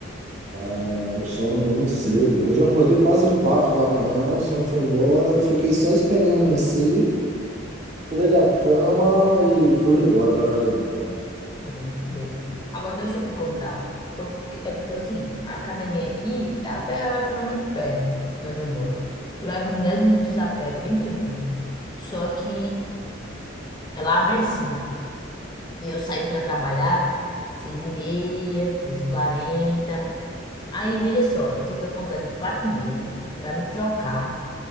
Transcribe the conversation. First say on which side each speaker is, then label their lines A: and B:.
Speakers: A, on the right; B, on the left.
A: Ah, o sono veio muito cedo. Hoje eu acordei quase quatro da manhã, o sono foi embora, eu fiquei só esperando amanhecer, pulei da cama e fui embora para academia.
B: Muito bem. Agora deixa eu lhe contar. Foi porque- É porque é o seguinte, a academia aqui é até relativamente perto de onde eu moro. Leva uns 10 minutos a pé, bem tranquilo. Só que ela abre às 5 E eu saio para trabalhar 6 e meia, 6 e 40. Aí, veja só, eu tenho que acordar de 4 e meia para me trocar